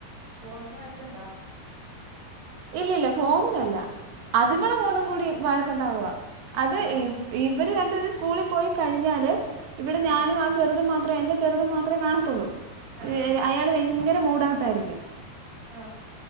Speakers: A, on the right; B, on the right.
A: ഫോണീന് വഴക്ണ്ടോ
B: ഇല്ലില്ല ഫോണിനല്ല അതുങ്ങളും
A: ആഹ്
B: മൂന്നും കൂടി വഴക്കുണ്ടാവുവ അത്
A: ആഹ്
B: ഈ ഇവര് രണ്ടുപേരും സ്കൂളിൽ പോയി കഴിഞ്ഞാല് ഇവിടെ ഞാനും
A: ആഹ്
B: ആ ചെറുതും മാത്രേ എൻറെ ചെറുതും മാത്രെ കാണത്തുള്ളൂ
A: ആഹ്
B: അയാൾ ഭയങ്കര മൂഡൗട്ട് ആയിരിക്കും
A: ആ